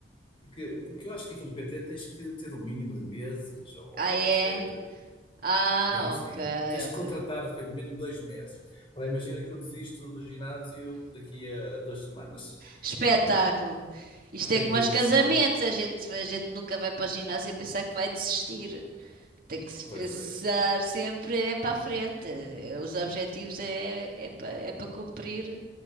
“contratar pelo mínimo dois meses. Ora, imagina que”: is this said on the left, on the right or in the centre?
Left